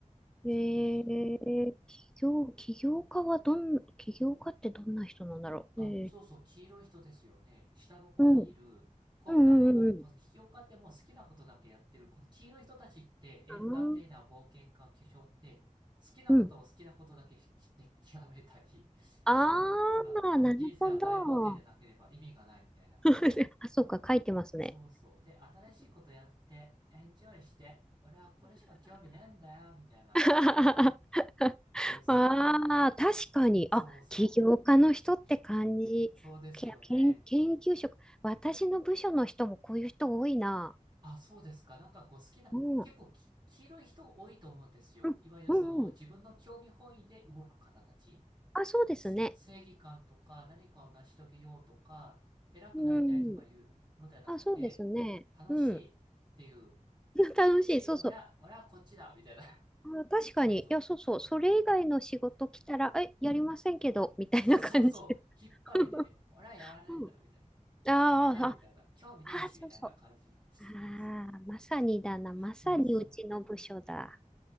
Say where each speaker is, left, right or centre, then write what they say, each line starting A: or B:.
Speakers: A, in the centre; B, on the right.
A: えー、
B: そうそう。
A: 起業、起業家はどん、起業家ってどんな人なんだろう。
B: あ、
A: えー、
B: そうそう、黄色い人ですよね。下の方にいる、
A: うん、
B: こう、
A: うん、
B: なんかもう、
A: うん、
B: この起業家ってもう好きなことだけやってる、この黄色い人たちってエンターテイナー、
A: うん。
B: 冒険家、巨匠って、好きなことを好きなことだけして極めたり、
A: うん。あーうんあ
B: もう、ほら、
A: ー、なるほど。
B: 人生は大冒険でなければ意味がないみたいな、
A: <laughs>
B: も
A: あ、そうか、書いてますね。
B: う、お、そうそう。で、新しいことやって、エンジョイして、俺はこれしか興味ねえんだよ、みたいな。
A: <laughs>
B: そうそう。
A: ああ、確かに。
B: そうそう。
A: あ、起業家の人って感じ。
B: そうですよね。
A: け、研、研究職。私の部署の人もこういう人多いな。
B: あ、そうですか。なんかこう好きな、
A: うん。
B: 結構き、黄色い人多いと思うんですよ。
A: うん、
B: いわゆるその自分の興味本位で動く方たち。
A: うん、うん。あ、そうですね。
B: す正義感とか何かを成し遂げようとか、偉くなりたいとかいうのではなくて、
A: うん。あ、そうですね。
B: 楽しいっていう、
A: うん。<laughs> 楽しい。
B: こっち、
A: そうそう。
B: 俺は、俺はこっちだ、みたいな。
A: あ、
B: <laughs>
A: 確かに。
B: そうそう。
A: いや、そうそう。それ以外の仕事来たら、
B: はい
A: え、やりませんけど、みたいな感じ。
B: そうそうそう、きっぱりで、
A: <laughs>
B: 俺はやらねえんだ、
A: うん。
B: みたいな。関係ねえ、
A: あー
B: みたいな。興味ねえし、
A: あ、あ、そうそう。
B: みたいな感じに。そうそう。
A: ああ、まさにだな。まさにうちの部署だ。
B: そうそう。